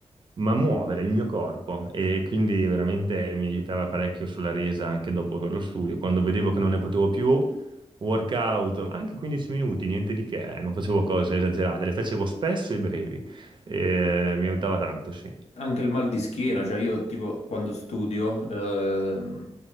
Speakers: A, on the right; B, on the left.
A: ma muovere il mio corpo e quindi veramente mi aiutava parecchio sulla resa anche dopo per lo studio. Quando vedevo che non ne potevo più, workout, anche 15 minuti, niente di che, eh, non facevo cose esagerate, le facevo spesso e brevi e mi aiutava tanto, sì.
B: Anche il mal di schiena, cioè io tipo quando studio, ehm,